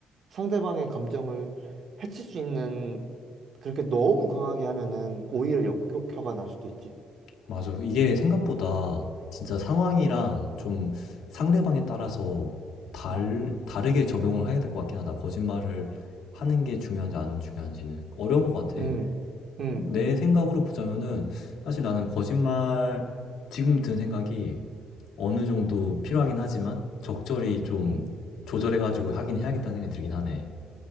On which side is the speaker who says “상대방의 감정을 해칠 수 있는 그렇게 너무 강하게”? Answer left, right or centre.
Right